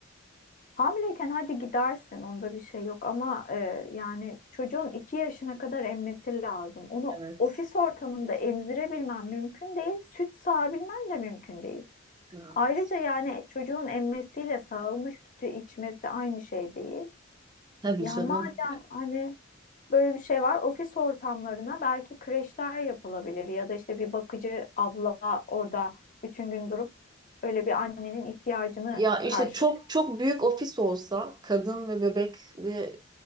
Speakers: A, on the left; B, on the right.
A: Hamileyken hadi gidersin, onda bir şey yok ama e, yani çocuğun iki yaşına kadar emmesi lazım. Onu
B: Evet.
A: ofis ortamında emzirebilmen mümkün değil, süt sağabilmen de mümkün değil.
B: Evet.
A: Ayrıca yani çocuğun emmesiyle sağılmış sütü içmesi aynı şey değil.
B: Tabii
A: Ya
B: canım.
A: madem hani böyle bir şey var, ofis ortamlarına belki kreşler yapılabilir ya da işte bir bakıcı abla orada bütün gün durup böyle bir annenin ihtiyacını
B: Ya işte
A: karşılıyor.
B: çok çok büyük ofis olsa, kadın ve bebekli